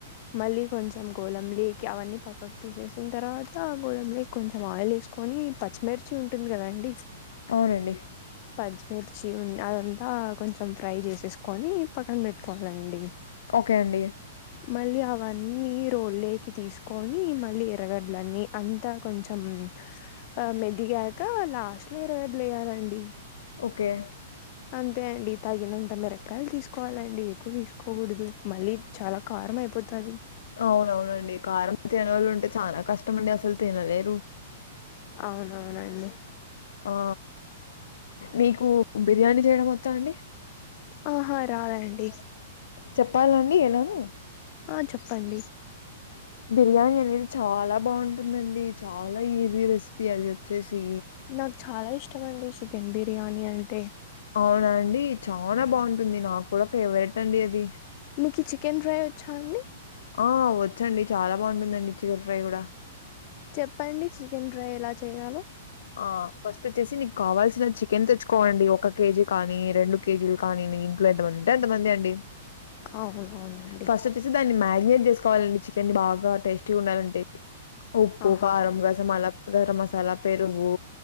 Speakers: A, on the left (about 30°); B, on the left (about 80°).
A: మళ్లీ కొంచెం గోలం లికి అవన్నీ పక్కక్ తీసేసిన్ తర్వాత గోలం లికి కొంచెం ఆయిల్ ఎస్కొని పచ్చిమిర్చి ఉంటుంది కదండి
B: అవునండి
A: పచ్చిమిర్చి ఉ అదంతా కొంచెం ఫ్రై చేసేసుకొని పక్కన పెట్టుకోవాలండి
B: ఓకే అండి
A: మళ్లీ అవన్నీ రోలేకి తీస్కొని మళ్లీ ఎర్రగడ్లన్నీ అంతా కొంచెం ఆ మెదిగాక లాస్ట్ లో ఎర్రగడ్లలేయాలండి
B: ఓకే
A: అంతే అండి తగినంత మిరపకాయలు తీసుకోవాలండి ఎక్కువ తీసుకోకూడదు మళ్లీ చాలా కారం అయిపోతది
B: అవునవునండి కారం తినానోళ్లు ఉంటే చానా కష్టం స్టమండి అసలు తినలేరు
A: అవునవునండి
B: ఆ మీకు బిర్యానీ చేయడం వచ్చా అండి
A: ఆహా రాదండి
B: చెప్పాల్నండి ఎలానో
A: ఆ చెప్పండి
B: బిర్యానీ అనేది చాలా బాగుంటుందండి చాలా ఈజీ రెసిపీ ఏదోచేసి
A: నాకు చాలా ఇష్టమండి చికెన్ బిర్యానీ అంటే
B: అవునా అండి చానా బాగుంటుంది నాకు కూడా ఫేవరెట్ అండి అది
A: మీకి చికెన్ ఫ్రై వచ్చా అండి
B: ఆ వచ్చండి చాలా బాగుంటుందండి చికెన్ ఫ్రై గూడ
A: చెప్పండి చికెన్ ఫ్రై ఎలా చేయాలో
B: ఆ ఫస్ట్ వచ్చేసి మిక్ కావాల్సిన చికెన్ తెచ్చుకోవలండి ఒక కేజీ కానీ రెండు కేజీలు కానీ మీ ఇంట్లో ఎంత మంది ఉంటే అంత మంది అండి
A: అవునవునండి
B: ఫస్ట్ తీసి దాన్ని మ్యాగ్నెట్ చేస్కోవాలడి చికెన్ బాగా టేస్టీగా ఉండాలంటే ఉప్పు
A: ఆహా
B: కారం గసమాల గరం మసాలాపేరు. పెరుగు